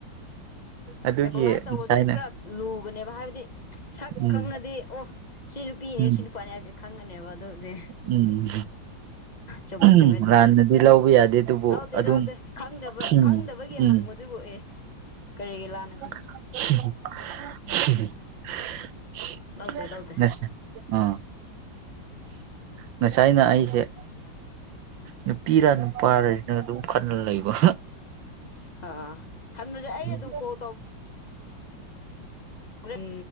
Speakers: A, on the right; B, on the left.
A: ꯑꯗꯨꯒꯤ
B: ꯔꯦꯀꯣꯛꯅꯥꯏꯁ ꯇꯧꯕꯗ
A: ꯉꯁꯥꯏꯅ
B: ꯈꯔ ꯂꯨꯕꯅꯦꯕ ꯍꯥꯏꯕꯗꯤ ꯁꯛ
A: ꯎꯝ
B: ꯈꯪꯉꯗꯤ ꯑꯣ ꯁꯤ ꯅꯨꯄꯤꯅꯦ
A: ꯎꯝ
B: ꯁꯤ ꯅꯨꯄꯥꯅꯤ ꯍꯥꯏꯗꯤ ꯈꯪꯉꯅꯦꯕ ꯑꯗꯨꯗꯤ
A: ꯎꯝ
B: ꯆꯨꯝꯃꯦꯩ
A: ꯎꯝ
B: ꯆꯨꯝꯃꯦ ꯑꯗꯨꯁꯨ
A: ꯂꯥꯟꯅꯗꯤ ꯂꯧꯕ ꯌꯥꯗꯦ ꯑꯗꯨꯕꯨ
B: ꯂꯧꯗꯦ
A: ꯑꯗꯨꯝ
B: ꯂꯧꯗꯦ ꯈꯪꯗꯕ
A: ꯎꯝ
B: ꯈꯪꯗꯕꯒꯤ
A: ꯎꯝ
B: ꯍꯪꯕꯗꯨꯕꯨꯣꯛꯏ ꯀꯔꯤꯒꯤ ꯂꯥꯟ
A: ꯍꯝ ꯍ
B: ꯂꯧꯗꯦ ꯂꯧꯗꯦ
A: <inaudible> ꯑ ꯉꯁꯥꯏꯅ ꯑꯩꯁꯦ ꯅꯨꯄꯤꯔ ꯅꯨꯄꯥꯔꯁꯤꯅ ꯑꯗꯨꯝ ꯀꯟꯅ ꯂꯩꯕ
B: ꯑꯥ ꯈꯟꯕꯁꯦ ꯑꯩ
A: ꯎꯝ
B: ꯑꯗꯨꯝ
A: ꯎ
B: ꯀꯣꯜ ꯎꯝ